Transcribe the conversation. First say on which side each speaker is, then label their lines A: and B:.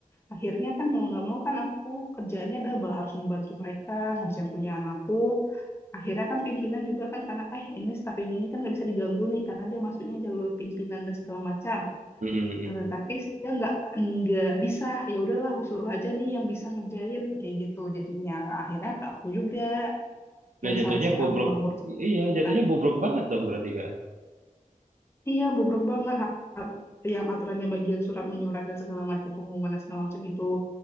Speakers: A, on the left (about 15°); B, on the right (about 65°).
A: Akhirnya kan mau nggak mau kan aku kerjaannya double harus membantu mereka ngabisin punya anakku. Akhirnya kan pimpinan juga kan karena eh ini staff yang ini kan nggak bisa diganggu nih karena dia masuknya jalur pimpinan dan segala macam.
B: Mm-mm.
A: Eh, tapi dia nggak nggak bisa ya udahlah aku suruh aja nih yang bisa ngerjain kayak gitu jadinya akhirnya ke aku juga
B: Nah
A: yang
B: jatuhnya
A: seharusnya
B: bobrok,
A: aku nggak ngurus surat
B: iya jatuhnya
A: kan
B: bobrok banget dong berarti kak.
A: iya bobrok banget Ha- yang aturannya bagian surat menyurat dan segala macam pengumuman dan segala macam itu